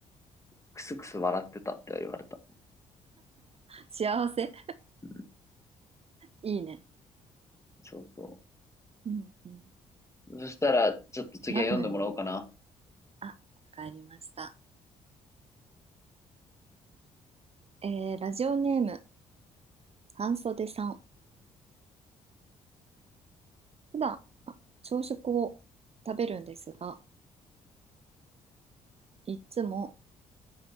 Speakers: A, on the left; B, on the right.
A: クスクス笑ってたって言われた。
B: 幸せ
A: うん。
B: いいね。
A: そうそ
B: うんうん
A: う。そしたら、ちょっと次は読んでもらおうかな。
B: 何の夢の時あ、わかりました。えー、ラジオネーム、半袖さん。普段、朝食を食べるんですが、いつも